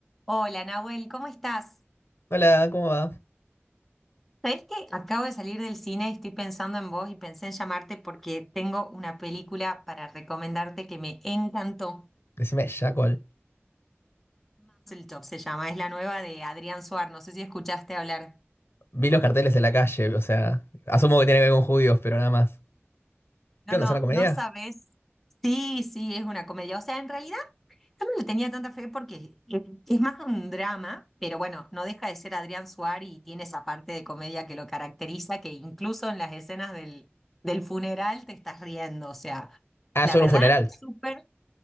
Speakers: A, in the centre; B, on the left.
A: Hola Nahuel, ¿cómo estás?
B: Hola, ¿cómo va?
A: ¿Sabés que acabo de salir del cine, estoy pensando en vos y pensé en llamarte porque tengo una película para recomendarte que me encantó.
B: Decime, Jackal.
A: Top se llama, es la nueva de Adrián Suar, no sé si escuchaste hablar.
B: Vi los carteles de la calle, o sea, asumo que tiene que ver con judíos, pero nada más.
A: No,
B: ¿Qué onda?
A: no,
B: ¿Es una comedia?
A: no sabés. Sí, sí, es una comedia. O sea, en realidad Yo no le tenía tanta fe porque es es más un drama, pero bueno, no deja de ser Adrián Suárez y tiene esa parte de comedia que lo caracteriza, que incluso en las escenas del, del funeral te estás riendo. O sea,
B: Ah,
A: la
B: sobre
A: verdad,
B: un funeral.
A: súper